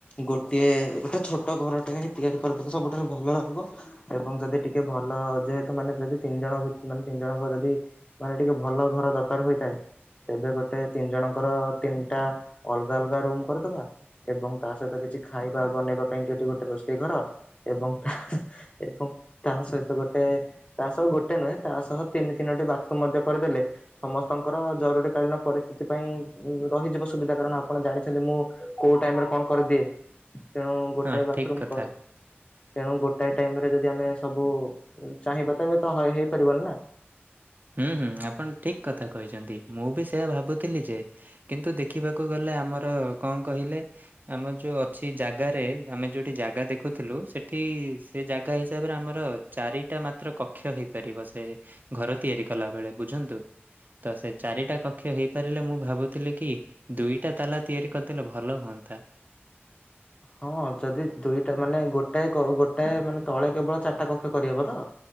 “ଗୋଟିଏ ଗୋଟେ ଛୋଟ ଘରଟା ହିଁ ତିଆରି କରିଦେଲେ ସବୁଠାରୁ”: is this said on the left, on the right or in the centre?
Left